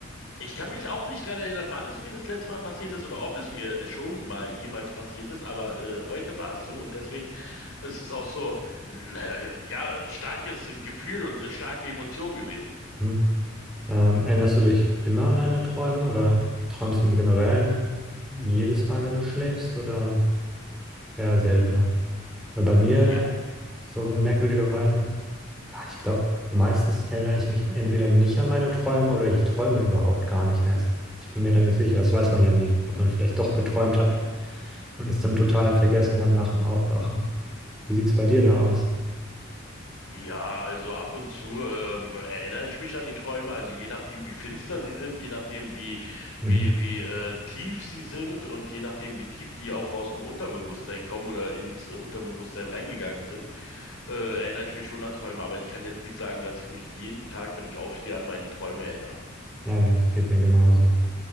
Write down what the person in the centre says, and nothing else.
Hm. Ähm, erinnerst du dich immer an deine Träume oder träumst du im Generellen jedes Mal, wenn du schläfst oder eher seltener? Weil Bei mir,
so merkwürdigerweise, ah, ich glaube, meistens erinnere ich mich entweder nicht an meine Träume oder ich träume überhaupt gar nicht erst. Ich bin mir da nicht sicher. Das weiß man ja nie, ob man vielleicht doch geträumt hat und es dann total vergessen hat nach dem Aufwachen. Wie sieht es bei dir da aus?
Mhm.
Naja, es geht mir genauso.